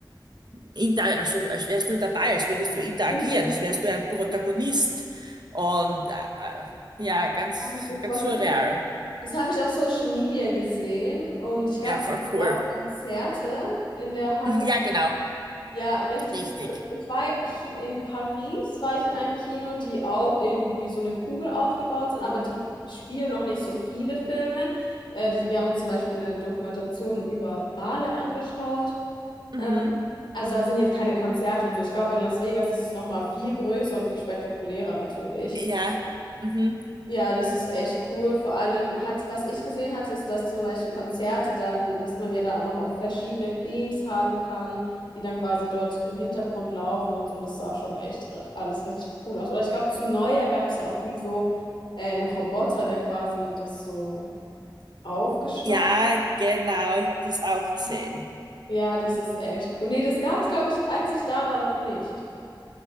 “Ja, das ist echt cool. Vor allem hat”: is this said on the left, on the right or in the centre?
Left